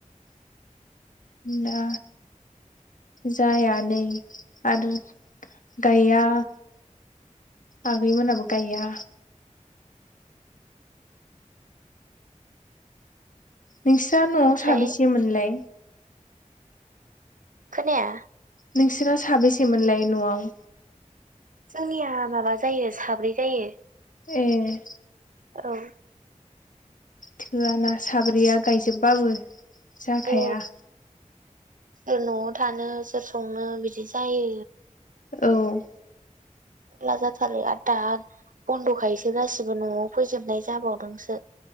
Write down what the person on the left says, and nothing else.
दा जाया नै आरो गाया आगैमोनहाबो गाया नोंसिना न'आव
साबोसेमोनलाय
नोंसोरा साबेसेमोनलाय न'आव
ए
थोआ ना साब्रैया गायजोबबाबो जाखाया
औ